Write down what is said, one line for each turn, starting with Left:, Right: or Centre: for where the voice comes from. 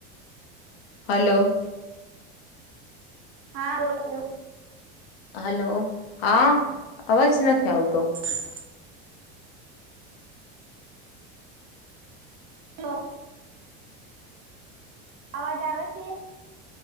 Left: હલો
Right: હા બોલો એવું
Left: હલો હા અવાજ નથી આવતો
Right: ઓ હલો અવાજ આવે છે